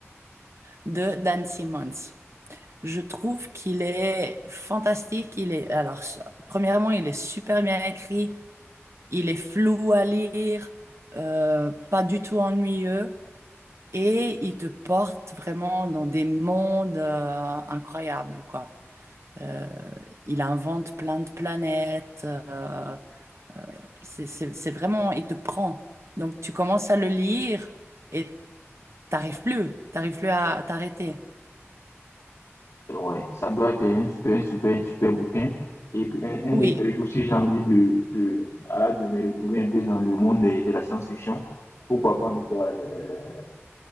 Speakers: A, on the right (about 70°); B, on the left (about 80°).
A: de Dan Simmons. Je trouve qu'il est fantastique. Il est, alors, premièrement, il est super bien écrit. Il est flou à lire, euh, pas du tout ennuyeux. Et il te porte vraiment dans des mondes euh, incroyables, quoi. Euh, il invente plein de planètes. euh, c'est c'est- c'est vraiment, il te prend. Donc, tu commences à le lire et t'arrives plus, t'arrives plus à t'arrêter.
B: Euh, Ouais, ça doit être un super, un super, un super bouquin. Et un,
A: Oui,
B: un de ces jours, si j'ai envie de, de, ah, de me retrouver un peu dans le monde des- de, la science-fiction, pourquoi pas ne pas, euh,